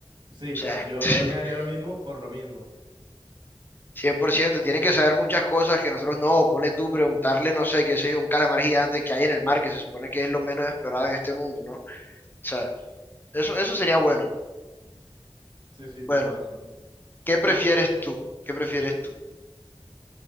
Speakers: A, on the right; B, on the left.
A: Sí,
B: O sea,
A: yo,
B: <laughs>
A: yo también haría lo mismo por lo mismo.
B: 100%, tienen que saber muchas cosas que nosotros no. Ponle tú, preguntarle, no sé, qué sé yo, un calamar gigante que hay en el mar, que se supone que es lo menos explorado en este mundo, ¿no? O sea, eso, eso sería bueno.
A: Sí, sí, tienes
B: Bueno,
A: razón.
B: ¿qué prefieres
A: Fíjate, man.
B: tú? ¿Qué prefieres tú?